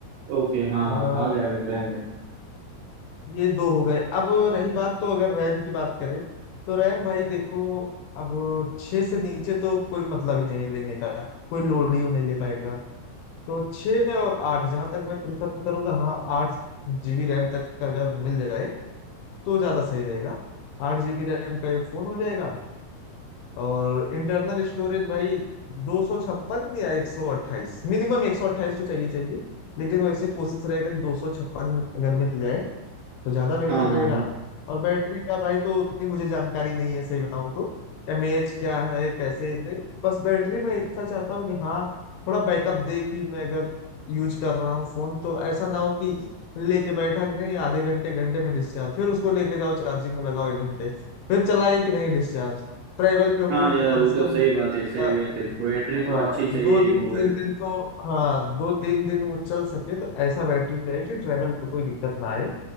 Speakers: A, on the right (about 75°); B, on the left (about 80°).
A: ओके हाँ
B: आ,
A: हाँ हाँ गया मेरे ध्यान में
B: ये दो हो गए अब रही बात तो अगर रैम की बात करें तो रैम भाई देखो अब छः से नीचे तो कोई मतलब ही नहीं है लेने का कोई लोड ही वो नहीं ले पाएगा तो छः और आठ जहाँ तक मैं प्रिफर करूंगा हाँ आठ जीबी रैम तक का अगर मिल जाए तो ज़्यादा सही रहेगा आठ जीबी रैम का ये फ़ोन हो जाएगा और इंटरनल स्टोरेज भाई दो सौ छप्पन या एक सौ अट्ठाईस मिनिमम एक सौ अट्ठाईस तो चाहिए चाहिए लेकिन वैसे कोशिश रहेगा दो सौ छप्पन अगर मिल जाए तो ज्यादा बेहतर
A: हाँ
B: रहेगा
A: हाँ हाँ
B: और बैटरी का भाई तो उतनी मुझे जानकारी नहीं है सही बताऊं तो एम एच क्या है कैसे इतने बस बैटरी मैं इतना चाहता हूँ कि हाँ थोड़ा बैकअप दे कि मैं अगर यूज कर रहा हूँ फोन तो ऐसा ना हो कि लेके बैठा कि नहीं आधे घंटे घंटे में डिस्चार्ज फिर उसको लेके जाओ चार्जिंग में लगाओ एक घंटे फिर चलाए कि नहीं डिस्चार्ज ट्रेवल पे
A: हाँ
B: हो
A: यार
B: तो कम
A: वो
B: से
A: तो
B: कम
A: सही बात है सही
B: अ,
A: बात है बैटरी
B: हाँ
A: तो अच्छी चाहिए
B: दो दिन
A: ही मोबाइल
B: तीन
A: में
B: दिन तो हाँ दो तीन दिन वो चल सके तो ऐसा बैटरी रहे कि ट्रेवल पे कोई दिक्कत ना आए